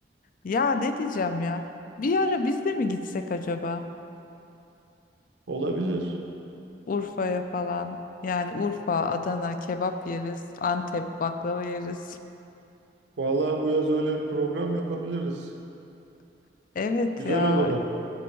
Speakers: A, on the left (about 50°); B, on the right (about 75°).
A: Ya ne diyeceğim ya? Bir ara biz de mi gitsek acaba?
B: Olabilir.
A: Urfa'ya falan. Yani Urfa, Adana kebap yeriz, Antep baklava yeriz.
B: Vallahi bu yaz öyle bir program yapabiliriz.
A: <laughs> Evet
B: Güzel
A: ya.
B: olur hem.